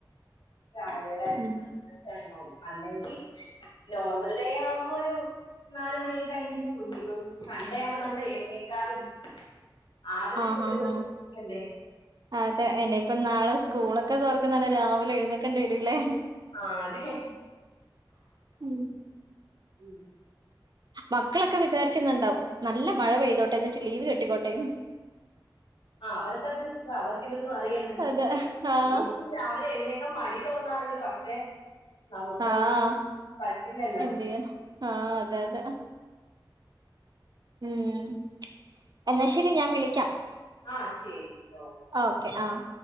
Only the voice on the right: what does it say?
ഉം
ആഹ് ഹാ ഹാ അതെ ഇനി ഇപ്പം നാളെ സ്കൂളൊക്കെ തൊർക്കുന്നതാണ് രാവിലെ എഴുന്നക്കേണ്ടി വരൂല്ലേ?
ഉം
മക്കളൊക്കെ വിചാരിക്കുന്നുണ്ടാവും നല്ല മഴ പെയ്തോട്ട എന്നിട്ട് ലീവ് കെട്ടിക്കോട്ടെ
അതെ ആഹ്
ആഹ്
എന്തെയ്യാനാ ആഹ് അതെ അതെ ഉം എന്നാ ശരി ഞാൻ വിളിക്കാം
ഓക്കെ ആഹ്